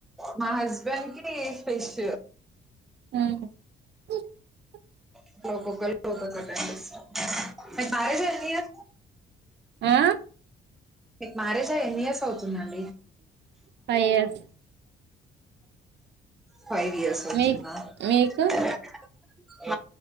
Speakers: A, in the centre; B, on the right.
A: మా హస్బెండ్ కి ఫిష్
B: హ్
A: అబ్బో ఒక్కొక్కలికి ఒక్కొక్కటి ఆంటే ఇష్టం.
B: ఆ
A: మీకు మ్యారేజ్ అయి ఎన్ని ఇయర్స్ అవుతుంది. అం
B: ఫైవ్ ఇయర్స్
A: ఫైవ్ ఇయర్స్ అవుతుందా
B: మీ మీకు
A: <unintelligible>